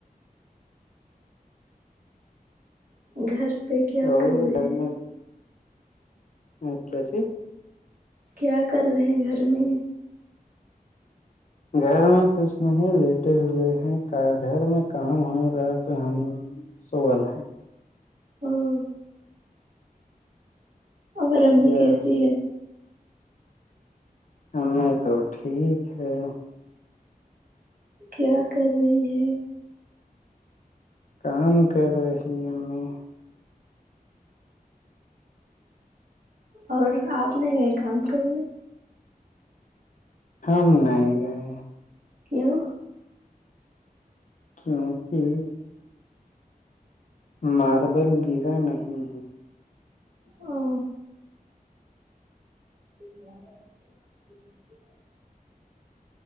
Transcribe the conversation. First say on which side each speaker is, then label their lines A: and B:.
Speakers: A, on the right (about 70°); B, on the left (about 55°).
A: گھر پہ کیا
B: اور
A: کر رہے
B: گھر
A: ہیں
B: میں ا کیاچی
A: کیا کر رہے ہیں گھر میں
B: گھر میں کچھ نہیں لیٹے ہوئے ہیں گھر میں کام ہو رہا تو ہم سوال
A: ہاں اگر امی
B: یس
A: کیسی ہے
B: ہم تو ٹھیک ہے
A: کیا کر رہی ہے
B: کام کر رہی ہمیں
A: اور آپ نے کہئے کام کرنے
B: ہم نہیں گئے
A: کیوں
B: کیونکہ ماربل گرا نہیں
A: او <unintelligible>